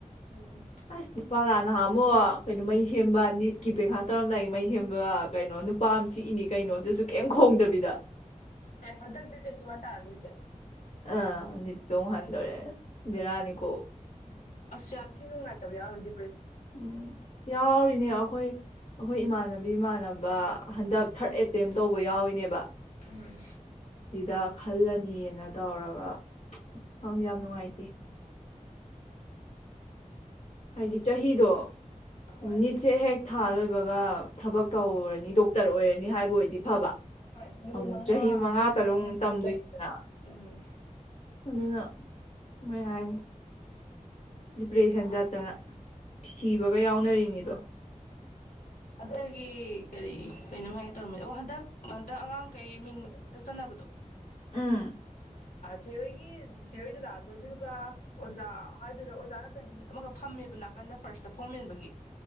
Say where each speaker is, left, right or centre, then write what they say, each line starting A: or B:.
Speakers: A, on the left; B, on the left.
A: ꯎꯝ
B: ꯑꯁ ꯅꯨꯄꯥ ꯂꯥꯟ ꯅꯍꯥꯟꯃꯨꯛ ꯀꯩꯅꯣ ꯃꯩ ꯁꯦꯝꯕ ꯅꯤꯠꯀꯤ ꯄꯩꯈꯥ ꯇꯧꯔꯝꯗꯥꯏꯒꯤ ꯃꯩ ꯁꯦꯝꯕ ꯀꯩꯅꯣ ꯅꯨꯄꯥ ꯑꯃ ꯆꯤꯛꯏꯅꯤ ꯀꯩꯅꯣ ꯑꯗꯨꯁꯨ ꯀꯩꯝ ꯈꯣꯡꯗꯕꯤꯗ
A: ꯑꯦ ꯍ ꯍ ꯍꯟꯇꯛ ꯗꯦꯠ ꯇ꯭ꯋꯦꯟꯇꯤꯋꯥꯜ ꯇꯥꯔꯝꯅꯤ <unintelligible>
B: ꯑ ꯅꯤꯠꯗꯣ ꯃꯨꯛ ꯍꯥꯟꯗꯣꯔꯦ ꯕꯦꯔꯅꯤꯀꯣ
A: ꯎꯝ ꯑꯁ ꯌꯥꯝ ꯊꯤꯅ ꯅꯨꯡꯉꯥꯏꯇꯕ ꯌꯥꯎꯔꯝꯗꯤ
B: ꯎꯝ ꯌꯥꯎꯔꯤꯅꯦ ꯑꯈꯣꯏ ꯑꯈꯣꯏ ꯏꯃꯥꯟꯅ ꯕꯤ ꯏꯃꯥꯟꯅꯕ ꯍꯟꯗꯛ ꯊꯥꯔꯠ ꯑꯦꯇꯦꯝ ꯇꯧꯕ ꯌꯥꯎꯏꯅꯦꯕ
A: ꯎꯝ
B: ꯁꯤꯗ ꯈꯜꯂꯅꯤꯅ ꯇꯧꯔꯒ ꯈꯪꯗꯦ ꯌꯥꯝ ꯅꯨꯡꯉꯥꯏꯇꯦ ꯍꯥꯏꯗꯤ ꯆꯍꯤꯗꯣ
A: ꯍꯣꯏ
B: ꯅꯤꯠꯁꯦ ꯍꯦꯛ ꯊꯥ ꯂꯣꯏꯕꯒ ꯊꯕꯛ ꯇꯧꯔꯅꯤ ꯗꯣꯛꯇ꯭ꯔ ꯑꯣꯏꯔꯅꯤ ꯍꯥꯏꯕ ꯑꯣꯏꯗꯤ ꯐꯕ
A: ꯆꯍꯤ
B: ꯑꯃꯨꯛ
A: ꯃꯉꯥꯃꯨꯛ
B: ꯆꯍꯤ ꯃꯉꯥ ꯇꯔꯨꯛꯃꯨꯛ
A: ꯇꯔꯨꯛ
B: ꯇꯝꯗꯣꯏꯅꯤꯗꯅ
A: ꯎꯝ
B: ꯑꯗꯨꯅ ꯃꯣꯏ ꯍꯥꯏꯅꯦ ꯗꯤꯄꯔꯦꯁꯟ ꯆꯠꯇꯅ ꯁꯤꯕꯒ ꯌꯥꯎꯅꯔꯤꯅꯤꯗꯣ
A: ꯑꯗꯒꯤ ꯀꯔꯤ ꯀꯩꯅꯣꯝ ꯍꯥꯏꯅ ꯇꯧꯔꯝꯕꯅꯦ ꯑꯣ ꯍꯟꯗꯛ ꯍꯟꯇꯛ ꯑꯉꯥꯡ ꯀꯩ ꯃꯤꯡꯒ ꯍꯟꯗꯛ ꯆꯟꯅꯕꯗꯣ
B: ꯎꯝ
A: ꯆꯦꯔꯣꯏꯒꯤ ꯆꯦꯔꯣꯏ ꯗꯗꯥꯗꯣ ꯑꯗꯨꯒ ꯑꯣꯖꯥ ꯍꯥꯏꯗꯨꯢꯔꯥ ꯑꯣꯖꯥꯔꯥ ꯀꯩꯅꯣ ꯑꯃꯒ ꯐꯝꯃꯦꯕ ꯅꯥꯀꯟꯗ ꯐꯥꯔꯁ ꯇ ꯐꯣꯝ ꯃꯦꯟꯕꯒꯤ